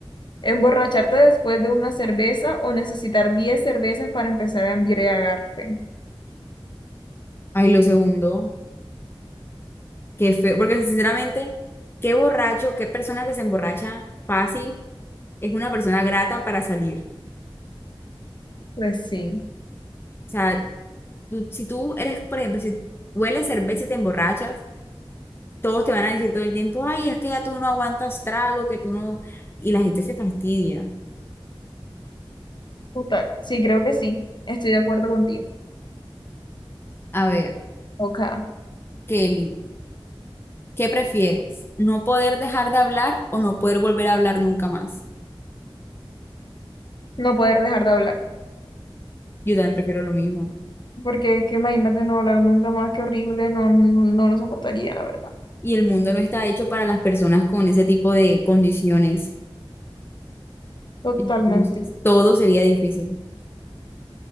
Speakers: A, on the left (about 55°); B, on the left (about 25°).
A: ¿Emborracharte después de una cerveza o necesitar 10 cervezas para empezar a embriagarte?
B: Ay, lo segundo, qué feo, porque sinceramente, qué borracho, qué persona que se emborracha fácil es una persona grata para salir.
A: Pues sí.
B: O sea, tú- si tú eres, por ejemplo, si hueles cerveza y te emborrachas, todos te van a decir todo el tiempo, ay, es que ya tú no aguantas trago, que tú no... Y la gente se fastidia.
A: Total, sí, creo que sí. Estoy de acuerdo contigo.
B: A ver,
A: Ok.
B: Kelly, ¿qué prefieres? ¿No poder dejar de hablar o no poder volver a hablar nunca más?
A: No poder dejar de hablar.
B: Yo también prefiero lo mismo.
A: Porque es que imagínate no hablar nunca más, qué horrible, no, no, no lo soportaría, la verdad.
B: Y el mundo no está hecho para las personas con ese tipo de condiciones.
A: Totalmente.
B: Entonces, todo sería difícil.